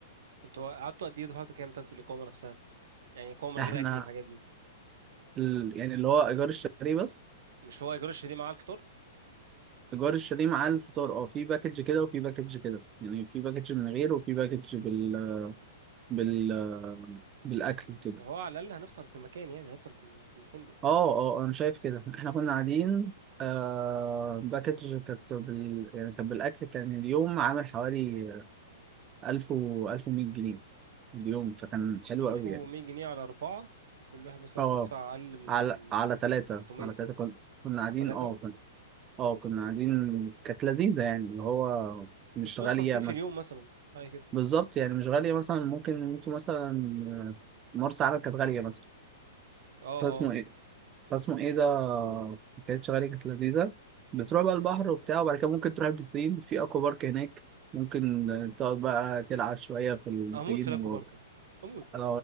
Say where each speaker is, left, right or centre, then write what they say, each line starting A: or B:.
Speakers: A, on the right; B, on the right.
A: انتوا قعدتوا قد ايه دفعتوا كام طب في الاقامه نفسها يعني اقامه من
B: احنا
A: غير اكل والحاجات دي
B: ال... يعني اللي هو ايجار الشاليه بس
A: مش هو ايجار الشاليه مع الفطار
B: ايجار الشاليه مع الفطار اه في باكج كده وفي باكج كده يعني في باكج من غير وفي باكج بال بال آه، بالاكل كده
A: ما هو على الأقل هنفطر في المكان يعني هنفطر في ال- في الفندق
B: اه اه انا شايف كده احنا كنا قاعدين آه باكج كانت بال... يعني كانت بالاكل كان اليوم عامل حوالي 1000 و 1100 جنيه اليوم فكان حلو
A: 1100
B: قوي يعني
A: جنيه على أربعة وكل واحد مثلا
B: اه
A: بيدفع أقل من
B: على على ثلاثة
A: 300
B: على ثلاثة كنا كنا قاعدين
A: على ثلاثة
B: اه كنا اه كنا قاعدين كانت لذيذة يعني اللي هو مش
A: 350
B: غالية مثلا
A: في اليوم مثلا حاجة كده
B: بالظبط يعني مش غالية مثلا ممكن انتوا مثلا آه، مرسى علم كانت غالية مثلا
A: اه اه
B: فاسمه ايه فاسمه ايه ده كانت شغالة كانت لذيذة بتروح بقى البحر وبتاع وبعد كده ممكن تروح البسين في اكوا بارك هناك ممكن تقعد بقى تلعب شوية في البسين
A: آه. أموت في لاكو
B: و
A: باركا أموت
B: أنا-